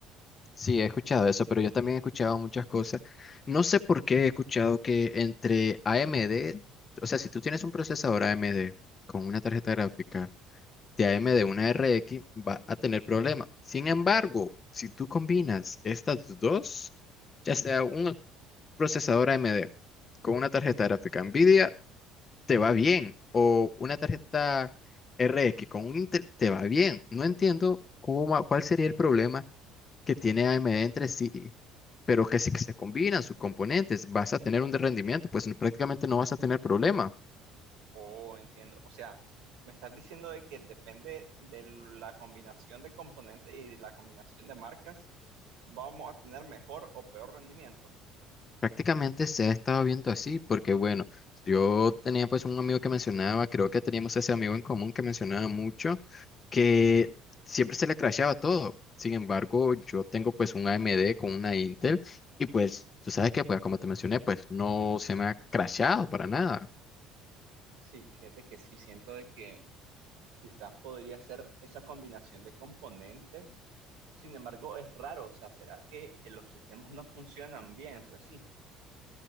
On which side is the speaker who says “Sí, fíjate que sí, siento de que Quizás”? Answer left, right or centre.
Right